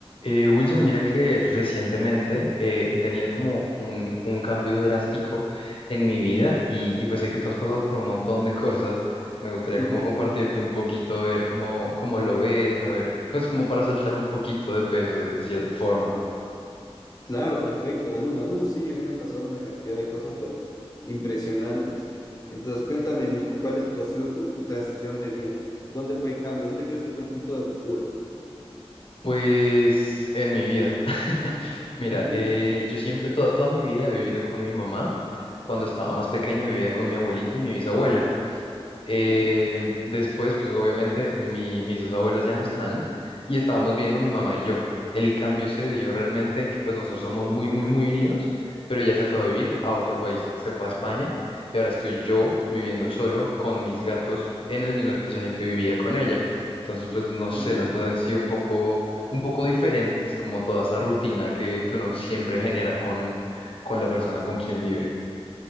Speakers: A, on the left (about 60°); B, on the left (about 35°).
A: Eh, Wilson, mira que recientemente eh, he tenido como un, un cambio drástico en mi vida y, y pues sé que tú has pasado por un montón de <laughs> cosas. Me gustaría
B: <laughs>
A: como compartirte un poquito, ver cómo, cómo lo ves, a ver, pues como para soltar un poquito de peso de, de cierta forma.
B: Claro, perfecto, de una. Uh, sí, me han pasado una cantidad de cosas, pero impresionantes. Entonces, cuéntame, Nico, ¿cuál es tu, ha sido tu, tu transición de vida? ¿Dónde fue el cambio? ¿Dónde crees que fue el punto de ruptura?
A: Pues en mi vida. <laughs> Mira,
B: <laughs>
A: eh, yo siempre, toda, toda mi vida he vivido con mi mamá. Cuando estaba más pequeño vivía con mi abuelita y mi bisabuela. Eh,
B: ¿Ya?
A: después, pues obviamente mi- mis dos abuelas ya no están y estábamos viendo mi mamá y yo. El cambio se dio realmente en que pues nosotros somos muy, muy, muy unidos, pero ella se fue a vivir a otro país, se fue a España y ahora estoy yo viviendo solo con mis gatos en el mismo espacio en el que vivía con ella. Entonces, pues no
B: Mm,
A: sé, las cosas han sido un poco, un poco diferentes, como toda esa rutina que, que uno siempre genera con, con la persona con quien vive.